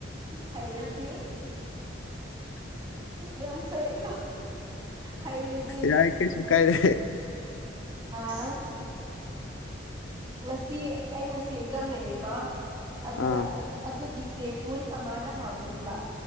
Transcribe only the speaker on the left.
ꯌꯥꯏ ꯀꯩꯁꯨꯨ ꯀꯥꯏꯗꯦ
ꯑꯥ